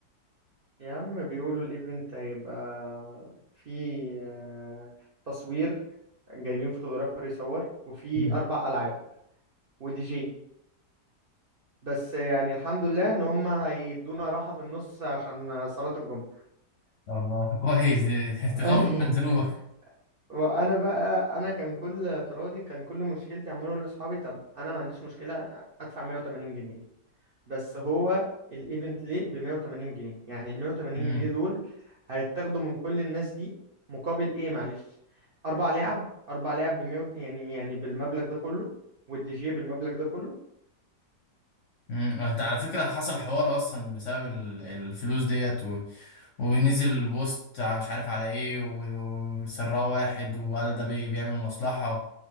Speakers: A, on the right; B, on the left.
A: يا عم بيقولوا الايفنت هيبقى في آه، تصوير جايبين فوتوغرافر يصور وفي
B: مم.
A: أربع ألعاب ودي جي بس يعني الحمد لله ان هم هيدونا راحة في النص عشان صلاة الجمعة
B: الله كويس دي <laughs>
A: <laughs>
B: تخفف عن ذنوبك
A: وانا بقى انا كان كل اعتراضي كان كل مشكلتي عمال اقول لاصحابي طب انا ما عنديش مشكله ادفع 180 جنيه بس هو الايفنت ليه ب 180 جنيه يعني ال 180
B: امم
A: جنيه دول هيتاخدوا من كل الناس دي مقابل ايه معلش اربع لعب اربع لعب ب 100 يعني يعني بالمبلغ ده كله والدي جي بالمبلغ ده كله
B: امم وانت على فكرة حصل حوار أصلا بسبب ال- الفلوس ديت و... ونزل بوست ع- مش عارف على ايه و- وسرقه واحد وقال ده بي... بيعمل مصلحة